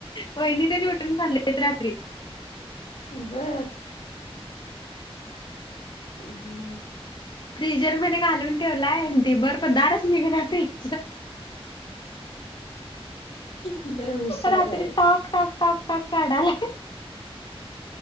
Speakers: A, on the left; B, on the left.
A: वहिनी त्यांनी लुटून काढलेत रात्री
B: बर हम्म हू
A: फ्रिजर मध्ये घालून ठेवला आहे ते बर्फ दारच निघना <unintelligible>
B: लय हुशार
A: रात्री
B: आहे
A: टॉक टाॉक टॉक टाक काढालाय